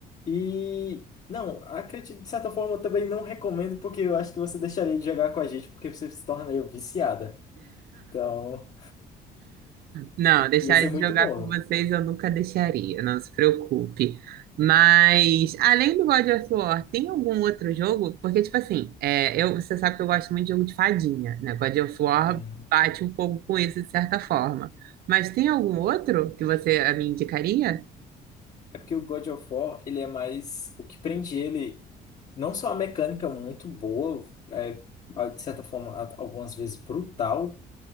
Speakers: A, on the left; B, on the right.
A: E não, acredito, de certa forma, eu também não recomendo, porque eu acho que você deixaria de jogar com a gente, porque você se tornaria viciada. Então,
B: Não, deixar
A: ia ser
B: de
A: muito
B: jogar
A: bom.
B: com vocês eu nunca deixaria, não se preocupe. Mas, além do God of War, tem algum outro jogo? Porque, tipo assim, é, eu, você sabe que eu gosto muito de jogo de fadinha, né? God of War
A: Hum.
B: bate um pouco com isso, de certa forma. Mas tem algum outro que você a me indicaria?
A: É porque o God of War, ele é mais. O que prende ele, não só a mecânica muito boa, é, de certa forma, a- algumas vezes brutal.